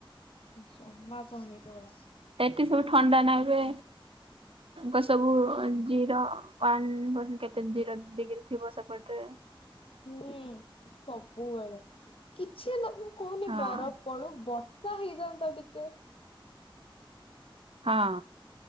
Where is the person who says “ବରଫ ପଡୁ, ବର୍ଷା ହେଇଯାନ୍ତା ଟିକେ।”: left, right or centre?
Left